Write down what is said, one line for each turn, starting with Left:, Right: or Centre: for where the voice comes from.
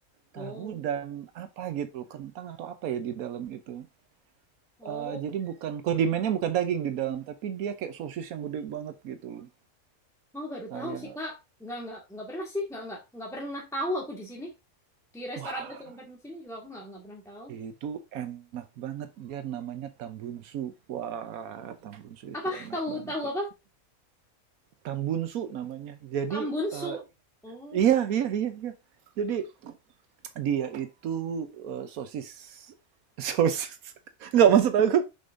Right: tahu
Centre: oh
Right: dan apa gitu loh, kentang atau apa ya di dalam itu.
Centre: oh
Right: Eh, jadi bukan kondimennya bukan daging di dalam, tapi dia kayak sosis yang gede banget gitu loh.
Centre: oh baru
Right: Kayak
Centre: tahu sih kak nggak nggak nggak pernah sih nggak nggak nggak pernah tahu aku di sini di restoran-restoran
Right: wah,
Centre: Padang sini juga aku nggak nggak pernah tahu
Right: itu enak banget. Dia namanya Tambunsu. Wah, Tambunsu itu
Centre: apa
Right: enak
Centre: tahu
Right: banget.
Centre: tahu
Right: ya.
Centre: apa
Right: Tambunsu namanya. Jadi
Centre: tambunsu
Right: eh,
Centre: oh
Right: iya iya iya iya. Jadi Dia itu, eee, sosis sosis <laughs> nggak maksud aku